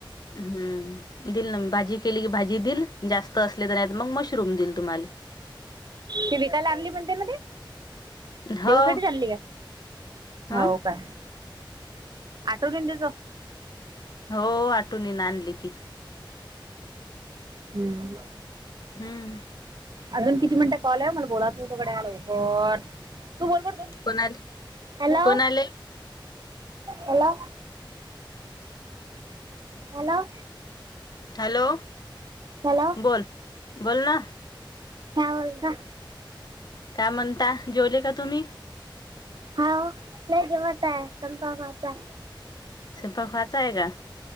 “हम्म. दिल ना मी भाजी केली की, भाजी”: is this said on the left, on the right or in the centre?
Left